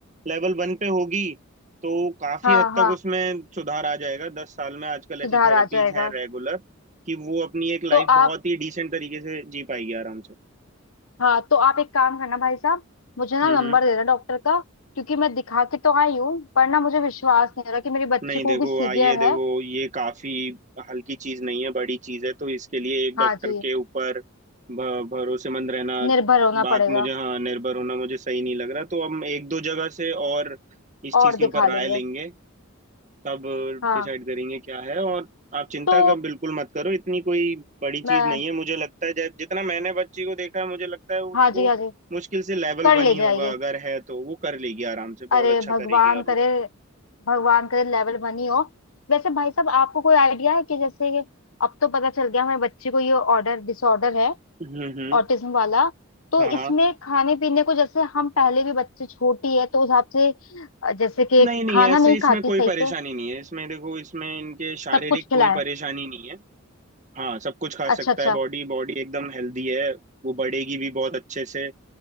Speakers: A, on the right (about 35°); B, on the left (about 85°).
A: लेवल वन पे होगी तो काफी
B: हाँ
A: हद तक
B: हाँ
A: उसमें सुधार आ जाएगा दस साल में आजकल ऐसी
B: सुधार
A: थेरेपीज
B: आ जाएगा
A: हैं रेगुलर कि वो अपनी एक लाइफ
B: तो आप
A: बहुत ही डिसेंट तरीके से जी पाएगी आराम से
B: हाँ तो आप एक काम करना भाई साहब मुझे ना
A: हम्म
B: नंबर
A: हम्म
B: दे देना डॉक्टर का क्योंकि मैं दिखा के तो आई हूँ पर ना मुझे विश्वास नहीं हो रहा कि मेरी बच्ची
A: नहीं
B: को
A: देखो
B: वो भी सीवियर
A: आ ये देखो
B: है
A: ये काफी हल्की चीज नहीं है बड़ी चीज है तो इसके लिए एक डॉक्टर
B: हाँ जी
A: के ऊपर भ- भरोसेमंद रहना
B: निर्भर होना
A: बात
B: पड़ेगा
A: मुझे हाँ निर्भर होना मुझे सही नहीं लग रहा तो हम एक दो जगह से और इस
B: और
A: चीज के ऊपर
B: दिखा
A: राय
B: लेंगे
A: लेंगे तब
B: हाँ
A: डिसाइड करेंगे क्या है और आप चिंता
B: तो
A: का बिल्कुल मत करो इतनी कोई बड़ी
B: मैं
A: चीज नहीं है मुझे लगता है जै- जितना मैंने बच्ची को देखा है मुझे लगता है उसको
B: हाँ जी हाँ जी
A: मुश्किल से लेवल
B: कर
A: वन
B: ले
A: ही
B: जाएगी
A: होगा अगर है तो वो कर लेगी आराम से बहुत
B: अरे
A: अच्छा
B: भगवान
A: करेगी और
B: करे
A: वो
B: भगवान करे लेवल वन ही हो वैसे भाई साहब आपको कोई आइडिया है कि जैसे अब तो पता चल गया हमारी बच्ची को ये ऑर्डर डिसऑर्डर है
A: हम्म हम्म
B: ऑटिज्म वाला तो
A: हाँ
B: इसमें खाने पीने को जैसे हम पहले भी बच्चे छोटी है तो उस हिसाब से अ, जैसे कि
A: नहीं नहीं
B: खाना
A: ऐसे
B: नहीं
A: इसमें
B: खाती
A: कोई
B: सही
A: परेशानी
B: से
A: नहीं है इसमें देखो इसमें इनके शारीरिक
B: सब कुछ खिलाए
A: कोई परेशानी नहीं है हाँ सब कुछ खा सकता
B: अच्छा अच्छा
A: है बॉडी बॉडी एकदम हेल्दी है वो बढ़ेगी भी बहुत अच्छे से